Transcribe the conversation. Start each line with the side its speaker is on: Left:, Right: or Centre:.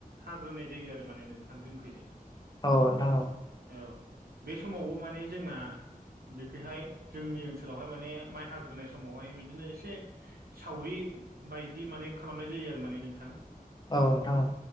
Right: हाग्रोनाय जायो आरो माने नोंथां जोंखैजाय।
Left: औ नोंथां औ।
Right: औ बे समावबो माने जोंना बेखैहाय जोंनि ओनसोलावहाय माने माइ हाग्रोनाय समावहाय बिदिनो एसे सावरि बायदि माने खालामनाय जायो आरो माने नोंथां।
Left: औ नोंथां औ।